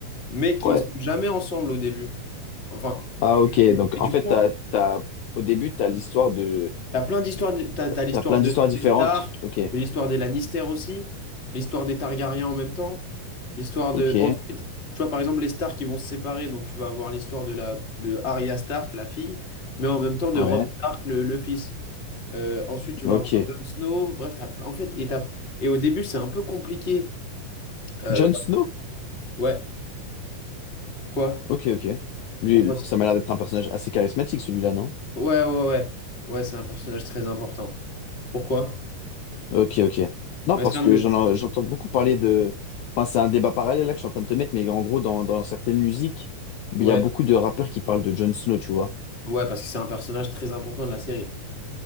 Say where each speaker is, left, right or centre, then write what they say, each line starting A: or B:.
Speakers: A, on the left; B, on the left.
A: mais qui
B: Ouais.
A: ne sont jamais ensemble au début. Enfin,
B: Ah ok,
A: et,
B: donc
A: et du
B: en fait,
A: coup,
B: t'as, t'as... au début, t'as l'histoire de...
A: t'as plein d'histoires. de- T'as, t'as l'histoire
B: T'as plein
A: de,
B: d'histoires différentes.
A: des Stark,
B: Ok,
A: mais l'histoire des Lannister aussi, l'histoire des Targaryens en même temps, l'histoire
B: ok,
A: de. Ensuite, tu vois, par exemple, les Stark qui vont se séparer, donc tu vas avoir l'histoire de la de Arya Stark, la fille, mais en même temps de
B: ouais,
A: Robb Stark, le, le fils. Euh, ensuite, tu vas
B: ok.
A: avoir Jon Snow. Bref, t'as, en fait, et, t'as- et au début, c'est un peu compliqué. Euh,
B: Jon Snow?
A: ouais, quoi?
B: Ok, ok. Lui,
A: Pourquoi
B: il-
A: ça?
B: ça m'a l'air d'être un personnage assez charismatique, celui-là, non?
A: Ouais, ouais, ouais. Ouais, c'est un personnage très important. Pourquoi?
B: Ok, ok. Non,
A: Ouais,
B: parce
A: c'est un
B: que
A: de
B: j'en-
A: mes-
B: j'entends beaucoup parler de... Enfin, c'est un débat parallèle là que je suis en train de te mettre, mais en gros, dans, dans certaines musiques, il
A: Ouais.
B: y a beaucoup de rappeurs qui parlent de Jon Snow, tu vois.
A: Ouais, parce que c'est un personnage très important de la série.